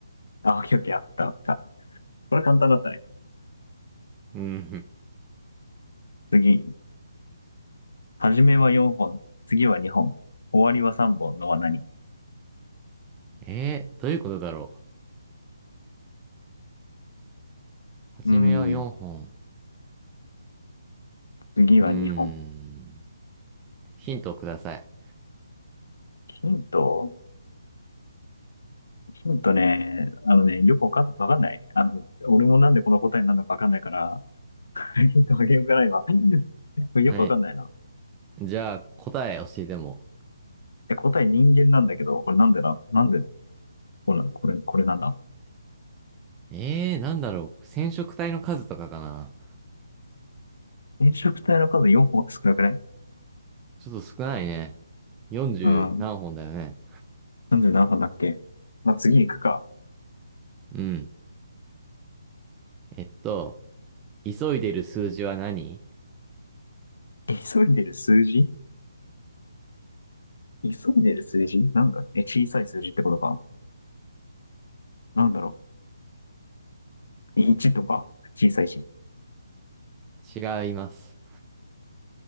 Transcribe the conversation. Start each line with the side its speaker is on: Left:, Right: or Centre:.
Left: あ、オッケーオッケー、あったあった。これ簡単だったね。
Right: うん。
Left: 次。初めは4本、次は2本、終わりは3本のは何
Right: えー、どういうことだろう。はじめは4本。
Left: うーん、次は2本。
Right: うーん。ヒントをください。
Left: ヒントヒントね、あのね、よくわかん、わかんない。あの、俺もなんでこの答えになるのかわかんないから、<laughs> ヒントあげようかな、今。これよくわかんないな。
Right: はい。じゃあ、答え教えても。
Left: え、答え人間なんだけど、これなんでな、なんで、これ、これ、これなんだ。
Right: えー、なんだろう。染色体の数とかかな。
Left: 染色体の数4本少なくない
Right: ちょっと少ないね。40何本だよね。
Left: うん。なんで何本だっけまあ、次行くか。
Right: うん。えっと、急いでる数字は何
Left: 急いでる数字急いでる数字なんだえ、小さい数字ってことか。なんだろ1とか、小さいし。
Right: 違います。